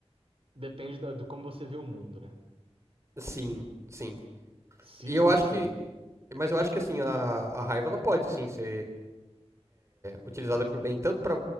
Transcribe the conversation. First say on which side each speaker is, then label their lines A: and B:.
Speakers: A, on the right; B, on the right.
A: Depende da- do como você vê o mundo, né?
B: Sim, sim.
A: Se
B: E
A: você.
B: eu acho que. Mas eu acho que assim, a, a raiva ela pode, sim, ser utilizada para o bem, tanto para